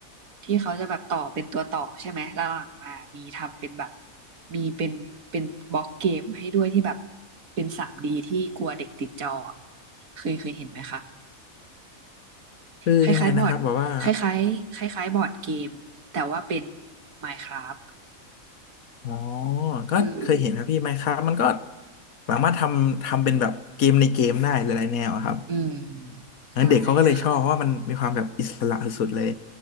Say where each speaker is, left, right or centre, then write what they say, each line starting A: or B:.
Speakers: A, on the right; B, on the left.
A: ที่เขาจะแบบต่อเป็นตัวต่อใช่ไหมแล้วหลังมามีทำเป็นแบบมีเป็นเป็นบล็อกเกมให้ด้วยที่แบบเป็นทรีดีที่กลัวเด็กติดจออะเคยเคยเห็นไหมคะ
B: คือยังไงนะครับแบบว่า
A: คล้ายๆบอร์ดคล้ายๆคล้ายๆบอร์ดเกม แต่ว่าเป็น Minecraft
B: อ๋อก็เคยเห็นครับพี่ไมน์คราฟมันก็
A: เออ
B: สามารถทำทำเป็นแบบเกมในเกมได้หลายๆแนวอะครับ
A: อืม
B: แล้วเด็กเขาก็เลยชอบเพราะว่ามันมีความแบบอิสระสุดๆเลย
A: ใช่ค่ะ